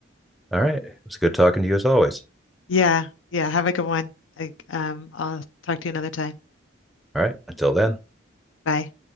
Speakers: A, in the centre; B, on the left.
A: All right, it was good talking to you as always.
B: Yeah, yeah. Have a good one. I, um, I'll talk to you another time.
A: All right, until then.
B: Bye.